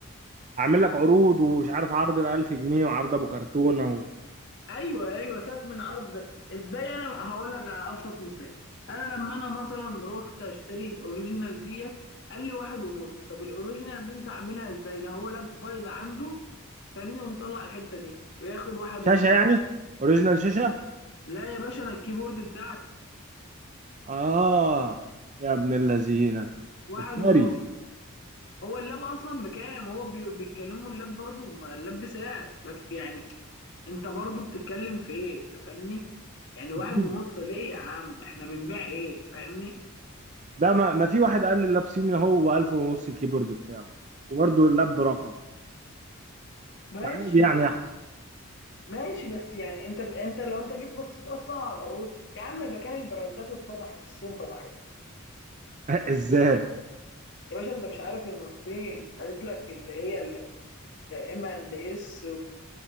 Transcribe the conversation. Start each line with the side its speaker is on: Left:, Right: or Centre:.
Right: اعمل لك عروض ومش عارف عرض ال 1000 جنيه وعرض ابو كرتونه اهو
Left: ايوه ايوه سيبك من عرض ده ازاي انا هقول لك على ابسط مثال انا لما انا مثلا رحت اشتري الاوريجينال ديت قال لي واحد ونص طب الاوريجينال دي انت عاملها ازاي ده هو لاب بايظ عنده فاهمني ومطلع الحته دي وياخد واحد
Right: شاشه
Left: ونص
Right: يعني
Left: يعني
Right: اوريجينال شاشه
Left: لا يا باشا انا الكيبورد بتاعتي
Right: اه يا ابن اللذينه
Left: واحد
Right: مفتري
Left: ونص هو اللاب اصلا بكام هو بي- بيتكلموا اللاب برضو ما اللاب بسعر بس يعني انت برضو بتتكلم في ايه انت فاهمني يعني واحد
Right: صيني
Left: ونص ليه يا عم احنا بنبيع ايه فاهمني
Right: ده ما, ما في واحد قال لي اللاب صيني هو 1000 ونص الكيبورد بتاعه وبرده اللاب برقم
Left: ماشي
Right: فعادي يعني
Left: بس
Right: يا أحمد.
Left: ماشي بس يعني انت انت لو انت جيت بصيت اصلا على العروض يا عم اذا كان البراندات اتفضحت الصين فتحت
Right: <laughs> ازاي
Left: يا باشا انت مش عارف ان الصين قالت لك اللي هي ام اند اس